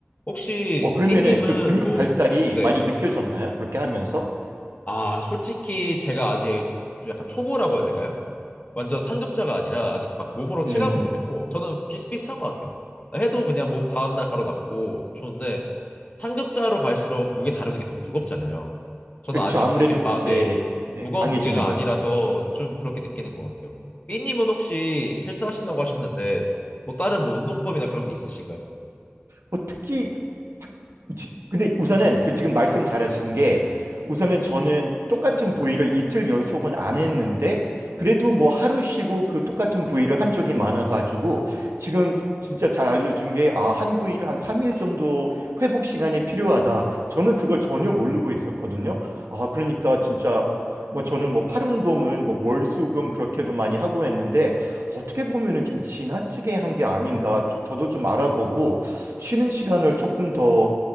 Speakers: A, on the left; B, on the right.
A: 혹시
B: 어, 그러면은
A: 삐님은
B: 그 근육
A: 뭐
B: 발달이
A: 네.
B: 많이 느껴졌나요? 그렇게 하면서?
A: 아, 솔직히 제가 아직 좀 약간 초보라고 해야 될까요? 완전 상급자가 아니라 아직 막 몸으로 체감은
B: 음,
A: 못했고 저는 비슷비슷한 것 같아요. 해도 그냥 몸 다음날 바로 낫고 좋은데 상급자로 갈수록 무게 다루는 게 더 무겁잖아요. 저는
B: 그렇죠.
A: 아직
B: 아무래도
A: 이렇게
B: 그게
A: 막, 네,
B: 네,
A: 무거운
B: 강해지는
A: 무게가
B: 거죠.
A: 아니라서 좀 그렇게 느끼는 것 같아요. 삐님은 혹시 헬스 하신다고 하셨는데 뭐 다른 뭐 운동법이나 그런 게 있으신가요?
B: 뭐 특히 딱 지- 근데 우선은 그 지금 말씀 잘하신 게 우선은 저는 똑같은 부위를 이틀 연속은 안 했는데 그래도
A: 네.
B: 뭐 하루 쉬고 그 똑같은 부위를 한 적이 많아가지고 지금 진짜 잘 알려준 게 아, 한 부위를 한 3일 정도 회복 시간이 필요하다. 저는 그거 전혀 모르고 있었거든요. 아, 그러니까 진짜 뭐 저는 뭐 팔 운동은 뭐 월수금 그렇게도 많이 하고 했는데 어떻게 보면은 좀 지나치게 한 게 아닌가 저, 저도 좀 알아보고 쉬는 시간을 조금 더,